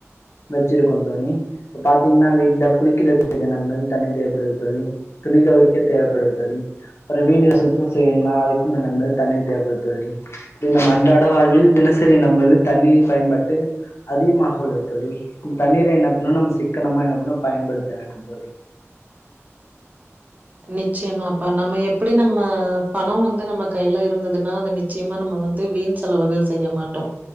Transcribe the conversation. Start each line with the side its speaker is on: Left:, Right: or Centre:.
Left: வெச்சிருக்கோ தோழி இப்ப பாத்தீங்கனா வீட்டுல குளிக்கிறதுக்கு நம்ம தண்ணி தேவைப்படுது தோழி துணி தொவைக்க தேவைப்படுது தோழி அப்பறோ வீடுகள சுத்தம் செய்யணுனா அதுக்கும் நம்மது தண்ணீ தேவைப்படுது தோழி இப்டி நம் அன்றாட வாழ்வில் தினசரி நம்மது தண்ணீ பயன்பாட்டு அதிகமா அவ்ளோ தோழி கும் தண்ணீர என்னப் இன்னும் நம்ம சிக்கனமா என்ன பண்ணும் பயன்படுத்த வேண்டும் தோழி
Right: நிச்சயமாப்பா நம்ம எப் அப்படி நம்ம பணம் வந்து நம்ம கையில இருந்ததுன்னா அத நிச்சயமா நம்ம வந்து வீண் செலவுகள் செய்ய மாட்டோம்